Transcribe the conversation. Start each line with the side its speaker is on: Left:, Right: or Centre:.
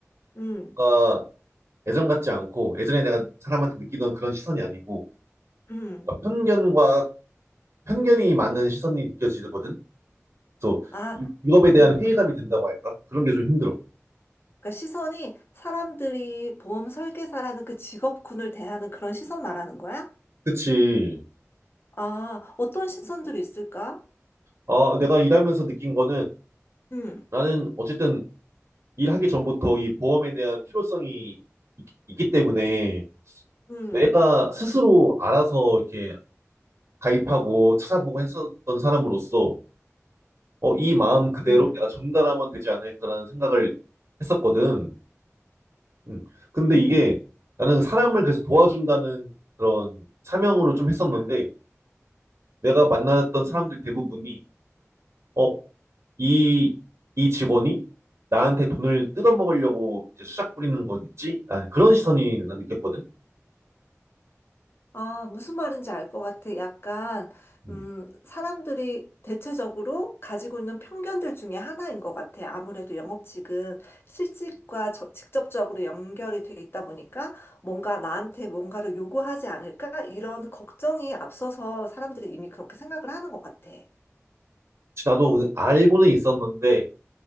Left: 음.
Right: 뭔가 예전 같지 않고 예전에 내가 사람한테 느끼던 그런 시선이 아니고
Left: 음.
Right: 편견과 편견이 많은 시선이 느껴지거든. 그래서
Left: 아,
Right: 이 직업에
Left: 음.
Right: 대한 회의감이 든다고 할까? 그런 게 좀 힘들어.
Left: 그러니까 시선이 사람들이 보험 설계사라는 그 직업군을 대하는 그런 시선 말하는 거야?
Right: 그치.
Left: 아, 어떤 시선들이 있을까?
Right: 아, 내가 일하면서 느낀 거는
Left: 음.
Right: 나는 어쨌든 일하기 전부터 이 보험에 대한 필요성이 있, 있기 때문에
Left: 음.
Right: 내가 스스로 알아서 이렇게 가입하고 찾아보고 했었던 사람으로서 어, 이 마음 그대로
Left: 음.
Right: 내가 전달하면 되지 않을까라는 생각을 했었거든. 음. 근데
Left: 음.
Right: 이게
Left: 음.
Right: 나는 사람을 그래서 도와준다는 그런 사명으로 좀 했었는데 내가 만났던 사람들
Left: 음.
Right: 대부분이 어, 이, 이 직원이 나한테 돈을 뜯어먹으려고 이제 수작 부리는 거겠지? 아, 그런 시선이 난 느꼈거든.
Left: 아, 무슨 말인지 알 것 같아. 약간,
Right: 음.
Left: 음, 사람들이 대체적으로 가지고 있는 편견들 중에 하나인 것 같아. 아무래도 영업직은 실직과 저- 직접적으로 연결이 돼 있다 보니까 뭔가 나한테 뭔가를 요구하지 않을까? 이런 걱정이 앞서서 사람들이 이미 그렇게 생각을 하는 것 같아.
Right: 나도 그- 알고는 있었는데